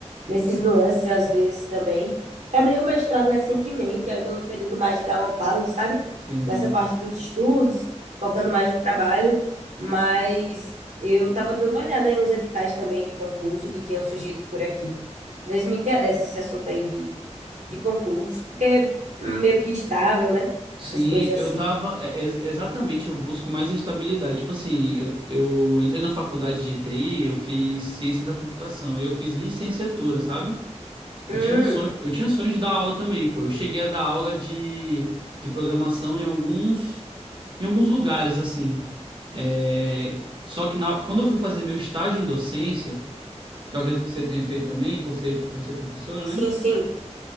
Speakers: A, on the right; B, on the right.
A: nesses nuances às vezes também. Terminei o mestrado recentemente, aí eu tô num período mais de dar uma pausa, sabe?
B: Entendi.
A: Nessa parte dos estudos, focando mais no trabalho. Mas eu tava dando uma olhada em uns editais também de concurso que tinham surgido por aqui. Às vezes me interessa esse assunto aí de, de concurso, porque é meio que estável, né? Essas
B: Sim,
A: coisas assim.
B: eu tava. é- é exatamente, eu busco mais a estabilidade. Tipo assim, eu, eu entrei na faculdade de TI, eu fiz ciência da computação e eu fiz licenciatura, sabe? Eu
A: Hum,
B: tinha um sonho, eu tinha sonho de dar aula também, pô. Eu cheguei a dar aula de, de programação em alguns. em alguns lugares, assim. É, Só que na- quando eu fui fazer meu estágio em docência, que eu acredito que você tenha feito também, por ser, por ser professora,
A: sim,
B: né?
A: sim.